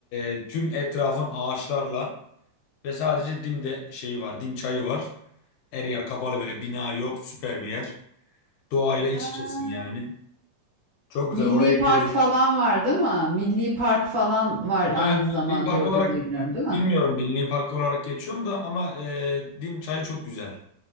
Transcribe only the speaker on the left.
e, tüm etrafın ağaçlarla ve sadece dimde şeyi var. Dim çayı var. Her yer kapalı böyle bina yok. Süper bir yer. Doğayla
iç içesin yani. Çok güzel
oraya gideriz.
Ya
milli
park
olarak
bilmiyorum milli park olarak geçiyor mu da ama e, Dim Çayı çok güzel.